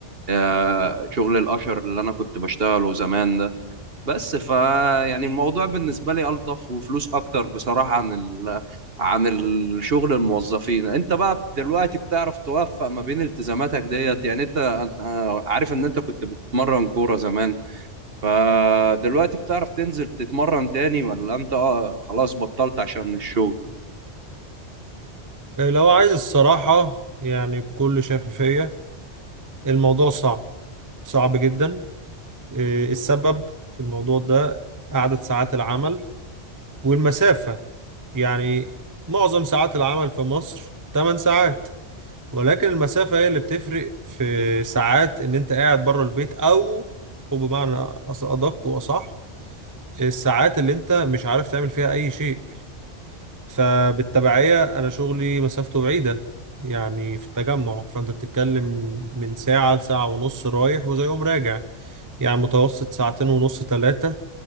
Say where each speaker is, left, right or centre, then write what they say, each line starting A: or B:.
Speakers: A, on the right; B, on the right.
A: آه، شغل الاشر اللي انا كنت بشتغله زمان ده بس فا يعني الموضوع بالنسبة لي ألطف وفلوس أكتر بصراحة عن ال... عن الشغل الموظفين أنت بقى دلوقتي بتعرف توفق ما بين التزاماتك ديت يعني أنت أنت- آه، عارف إن أنت كنت بتتمرن كورة زمان فدلوقتي بتعرف تنزل تتمرن تاني ولا أنت آه خلاص بطلت عشان الشغل
B: آه، لو عايز الصراحة يعني بكل شفافية الموضوع صعب صعب جدا إيه السبب في الموضوع ده عدد ساعات العمل والمسافة يعني معظم ساعات العمل في مصر 8 ساعات ولكن المسافة هي اللي بتفرق في ساعات ان انت قاعد بره البيت او وبمعنى أص- ادق واصح الساعات اللي انت مش عارف تعمل فيها اي شيء فبالتبعية انا شغلي مسافته بعيدة يعني في التجمع فانت بتتكلم من ساعة لساعة ونص رايح وزي يوم راجع يعني متوسط ساعتين ونص ثلاثة